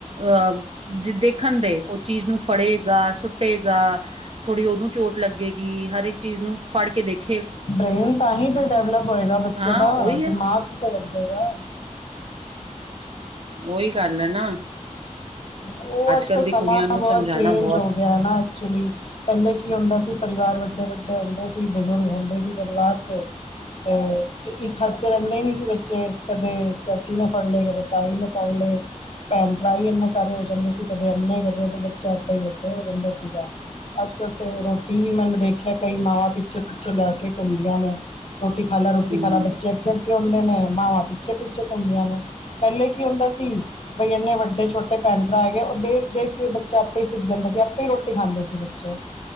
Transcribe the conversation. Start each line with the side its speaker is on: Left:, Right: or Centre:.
Right: ਅਹ ਜੇ ਦੇਖਣ ਦੇ ਉਹ ਚੀਜ਼ ਨੂੰ ਫੜੇਗਾ, ਸੁੱਟੇਗਾ ਥੋੜ੍ਹੀ ਉਹਨੂੰ ਚੋਟ ਲੱਗੇਗੀ। ਹਰ ਇੱਕ ਚੀਜ਼ ਨੂੰ ਫੜ ਕੇ ਦੇਖੇ।
Left: ਬ੍ਰੇਨ ਤਾਂ ਹੀ ਤੇ ਡਿਵਲੈਪ ਹੋਏਗਾ ਬੱਚੇ
Right: ਹਾਂ
Left: ਦਾ
Right: ਉਹੀ ਹੈ
Left: ਦਿਮਾਗ ਕਿਤੇ ਲੱਗੇ ਬੱਚੇ ਦਾ।
Right: ਉਹੀ ਗੱਲ ਆ ਨਾ।
Left: ਉਹ ਅੱਜ-
Right: ਕੱਲ
Left: ਕੱਲ੍ਹ
Right: ਦੀ
Left: ਸਮਾਂ
Right: ਕੁੜੀਆਂ ਨੂੰ
Left: ਬਹੁਤ
Right: ਸਮਝਾਣਾ
Left: ਚੇਂਜ
Right: ਬਹੁਤ
Left: ਹੋ ਗਿਆ ਨਾ ਐਕਚੁਲੀ ਪਹਿਲੇ ਕੀ ਹੁੰਦਾ ਸੀ ਪਰਿਵਾਰ ਵੱਡੇ- ਵੱਡੇ ਵੱਡੇ ਹੁੰਦੇ ਸੀ, ਬਜ਼ੁਰਗ ਹੁੰਦੇ ਸੀ ਪਰਿਵਾਰ ਚ। ਤੇ ਇੱਕ ਹੱਥ ਚ ਰਹਿੰਦੇ ਹੀ ਨੀ ਸੀ ਬੱਚੇ ਕਦੇ ਚਾਚੀ ਨੇ ਫੜ ਲਏ ਕਦੇ ਤਾਈ ਨੇ। <unintelligible> ਭੈਣ ਭਰਾ ਹੀ ਇੰਨੇ ਸਾਰੇ ਹੋ ਜਾਂਦੇ ਸੀ ਕਦੇ ਇੰਨੇ ਕਦੇ ਬੱਚਾ ਏਦਾਂ ਹੀ ਵੱਡੇ ਹੋ ਜਾਂਦਾ ਸੀਗਾ ਅੱਜ- ਕੱਲ੍ਹ ਤੇ ਰੋਟੀ ਵੀ ਮੈਨੂੰ ਦੇਖਿਆ ਕਈ ਮਾਵਾਂ ਪਿੱਛੇ -ਪਿੱਛੇ ਲੈ ਕੇ ਘੁੰਮਦੀਆਂ ਨੇ। ਰੋਟੀ ਖਾ ਲੈ ਰੋਟੀ
Right: ਹਮ
Left: ਖਾ ਲੈ ਬੱਚੇ ਅੱਗੇ -ਅੱਗੇ ਹੁੰਦੇ ਨੇ ਮਾਵਾਂ ਪਿੱਛੇ ਪਿੱਛੇ ਘੁੰਮਦੀਆਂ ਨੇ ਪਹਿਲੇ ਕੀ ਹੁੰਦਾ ਸੀ ਬਈ ਇੰਨੇ ਵੱਡੇ ਛੋਟੇ ਭੈਣ- ਭਰਾ ਹੈਗੇ, ਉਹ ਦੇਖ- ਦੇਖ ਕੇ ਬੱਚਾ ਆਪੇ ਹੀ ਸਿੱਖ ਜਾਂਦਾ ਸੀ, ਆਪੇ ਰੋਟੀ ਰੋਟੀ ਖਾਂਦੇ ਸੀ ਬੱਚੇ